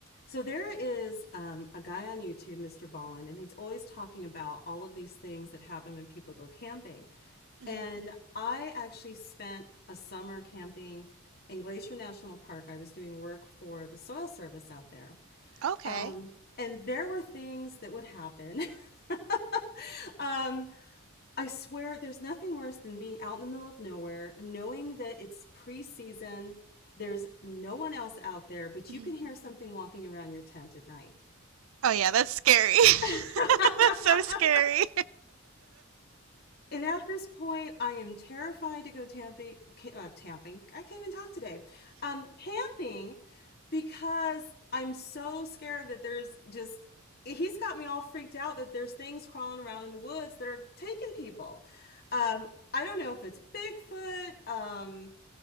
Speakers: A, on the left (about 50°); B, on the right (about 70°).
A: So there is um, a guy on YouTube, Mr. Ballin, and he's always talking about all of these things that happen when people go camping.
B: hmm
A: And I actually spent a summer camping in Glacier National Park. I was doing work for the Soil Service out there.
B: Okay.
A: Um, and there were things that would happen. <laughs> Um, I swear there's nothing worse than being out in the middle of nowhere, knowing that it's pre-season, there's no one else out there, but
B: hmm
A: you can hear something walking around your tent at night.
B: Oh yeah, that's scary.
A: <laughs>
B: <laughs> that's so scary.
A: And at this point, I am terrified to go tamping. ca- Uh, tamping. I can't even talk today. Um, camping because I'm so scared that there's just. He's got me all freaked out that there's things crawling around in the woods that are taking people. Um, I don't know if it's Bigfoot, um,